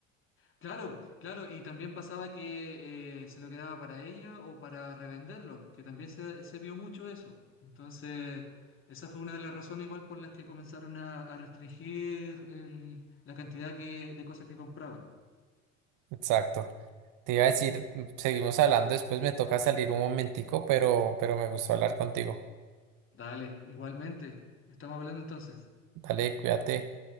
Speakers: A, on the left (about 30°); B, on the right (about 50°).
A: Claro, claro, y también pasaba que eh, se lo quedaba para ella o para revenderlo, que también se, se vio mucho eso. Entonces, esa fue una de las razones igual por las que comenzaron a, a restringir el- la cantidad que, de cosas que compraba.
B: Exacto. Te iba a decir, mm, seguimos hablando, después me toca salir un momentico, pero, pero me gustó hablar contigo.
A: Dale, igualmente, estamos hablando entonces.
B: Dale, cuídate.